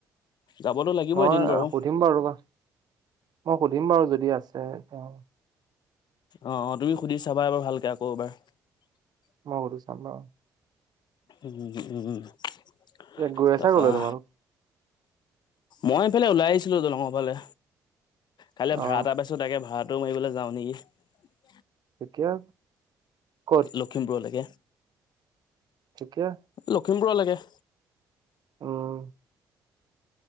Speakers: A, on the left; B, on the right.
A: যাবতো লাগিবই
B: মই
A: এদিন বাৰু
B: সুধিম ৰ'বা মই সুধিম বাৰু যদি আছে তেওঁ <unintelligible>
A: অ অ তুমি সুধি চাবা এবাৰ ভালকে আকৌ এবাৰ <unintelligible>
B: মৰু চামভ <unintelligible>
A: উম উম তাৰপৰা
B: গৈ আছা কলৈ তোমালোক
A: মই এইফালে ওলাই আহিছিলো দলঙৰ ফালে কাইলৈ
B: অ
A: ভাড়া এটা পাইছো তাকে ভাড়া দ মাৰিবলৈ যাওঁ নেকি <unintelligible>
B: এতিয়া ক'ত
A: লখিমপুৰলৈকে
B: ঠিকে আছে <unintelligible>
A: লখিমপুৰলেকে <unintelligible>
B: আহ